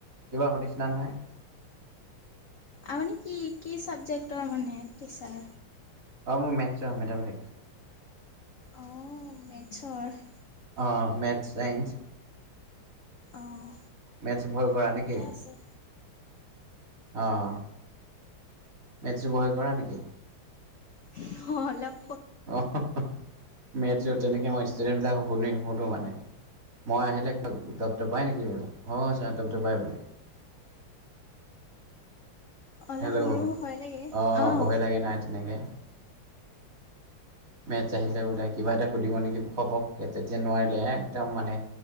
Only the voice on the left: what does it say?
আপুনি কি কি চাবজেক্টৰ মানে টিচাৰ?
অ', মেথছৰ।
অঁ
ঠিকে
আছে
অ', হেল্ল'
অলপ
মোৰো ভয় লাগে
অঁ